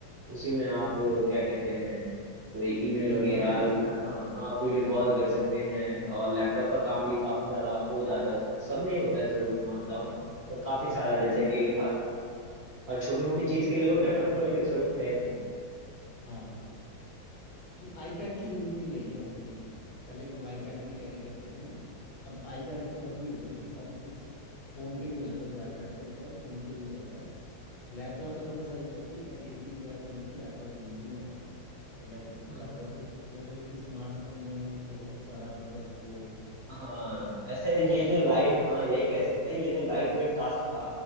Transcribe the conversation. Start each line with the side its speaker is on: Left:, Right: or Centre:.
Right: उसी में आप क्या कहते हैं कोई ईमेल
Left: वीडियो
Right: वगैरह
Left: कॉल भी कर सकते हो
Right: हाँ हाँ वीडियो कॉल कर सकते हैं और लैपटॉप का काम भी काफी ज्यादा हो जाता है उसमें सब नहीं होता है जरूर मैं मानता हूँ पर काफी
Left: हाँ
Right: सारा
Left: अब
Right: जैसे
Left: तो
Right: कि हर, हर छोटी मोटी
Left: पीडीएफ
Right: चीज के लिए
Left: खोलो
Right: अब लैपटॉप
Left: पावर
Right: खोलने
Left: पॉइंट
Right: की जरूरत है नहीं
Left: हाँ कि आईपैड की जरूरत नहीं रही है अब बेसिकली पहले लोग आईपैड भी कैरी करते थे ना अब आईपैड तो खत्म ही हो गया क्योंकि सब कुछ फ़ोन पे भी हो जाता है जो आईपैड पे होता है वो फ़ोन पे भी हो जाता है लैपटॉप का थोड़ा सा ये है कि एडिटिंग वगैरह करनी हो तो लैपटॉप इजी है और लैपटॉप
Right: हाँ
Left: लैपटॉप पे पॉसिबल है लेकिन स्मार्टफोन ने बहुत सारा मतलब वो
Right: हाँ,
Left: जो gap
Right: ऐसे
Left: था
Right: ये जो लाइट हाँ यही कह सकते हैं ये जो लाइट वेट टास्क था